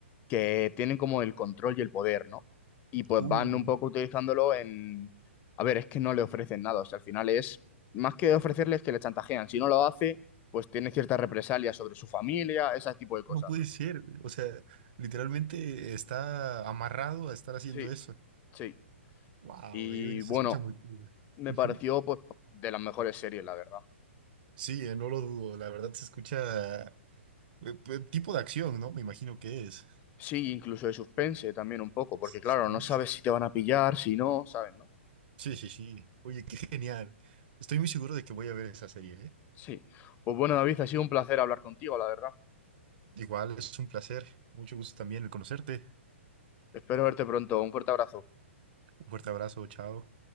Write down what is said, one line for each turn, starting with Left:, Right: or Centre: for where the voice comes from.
Left: que tienen como el control y el poder, ¿no? Y pues
Right: Uh,
Left: van un poco utilizándolo en... A ver, es que no le ofrecen nada, o sea, al final es más que ofrecerles que le chantajean. Si no lo hace, pues tiene ciertas represalias sobre su familia, ese tipo de cosas,
Right: No puede
Left: ¿no?
Right: ser, güey. o sea, literalmente está amarrado a estar haciendo
Left: Sí,
Right: eso.
Left: Sí.
Right: Wow,
Left: Y
Right: se
Left: bueno,
Right: escucha muy cool.
Left: me
Right: Ujú.
Left: pareció pues de las mejores series, la verdad.
Right: Sí, eh, no lo dudo, la verdad se escucha eh, eh, tipo de acción, ¿no? Me imagino que es.
Left: Sí, incluso de suspense también un poco, porque
Right: Suspense.
Left: claro, no sabes si te van a pillar, si no, ¿sabes, no?
Right: Sí, sí, sí. Oye, qué genial. Estoy muy seguro de que voy a ver esa serie, ¿eh?
Left: sí. Pues bueno, David, ha sido un placer hablar contigo, la verdad.
Right: Igual es un placer. Mucho gusto también el conocerte.
Left: Espero verte pronto. Un fuerte abrazo.
Right: Un fuerte abrazo, chao.